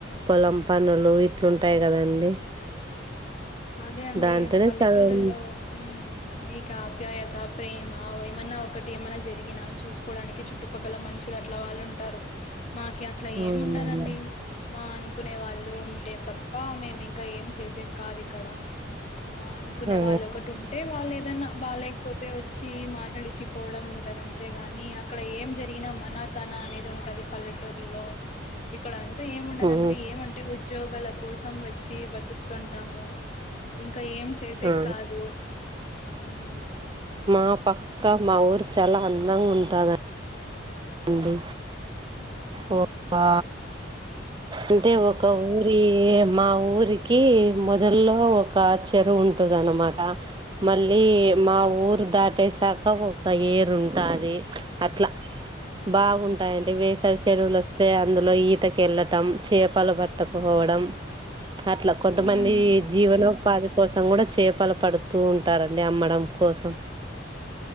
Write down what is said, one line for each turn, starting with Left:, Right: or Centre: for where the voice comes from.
Right: పొలం పనులు ఇట్లుంటాయి కదండి
Left: అదే అండి
Right: దాంతోనే
Left: పల్లెటూరులో
Right: సగం
Left: హ్మ్ మీకా ఆప్యాయత ప్రేమ ఆవ్ ఏమన్నా ఒకటి ఏమన్నా జరిగినా చూసుకోవడానికి చుట్టుపక్కల మనుషులు అట్లా వాళ్ళు ఉంటారు మాకి అట్లా
Right: అవునండి
Left: ఏమి ఉండదండి మా కునే వాళ్ళు ఉంటే తప్ప మేము ఇంకా ఏం చేసే కాదు ఇక్కడ మా అనుకునే
Right: ఆ
Left: వాళ్ళు ఒకటి ఉంటే వాళ్ళు ఎ ఏదన్నా బాలేకపోతే వచ్చి మాట్లాడిచపోవడం ఉంటది అంతేగాని అక్కడ ఏం జరిగినా మన తన అనేది ఉంటది పల్లెటూరులో ఇక్కడ అం టే ఏముండదండి
Right: ఆ
Left: ఏమంటే ఉద్యోగాల కోసం వచ్చి బతుకుతుంటాము ఇంకా ఏం చేసేకి
Right: ఆ
Left: కాదు హ్మ్
Right: మా పక్క మా ఊరు చాలా అందంగా ఉంటద అండి ఓ ఆ అంటే ఒక ఊరి మా ఊరికి మొదలో ఒక చెరువు ఉం ఉంటది అన్నమాట మళ్ళీ మా ఊరు దాటేసాక ఒక ఎరు ఉంటది అట్లా బాగుంటాయి అంట వేస్ <unintelligible> సెరువులు వస్తే అందులో ఈతకి వెళ్ళటం చేపలు పట్టకుపోవడం అట్లా కొంతమంది
Left: ఉమ్
Right: జీవనోపాధి కోసం కూడా చేపలు పడుతూ ఉంటారండి అమ్మడం కోసం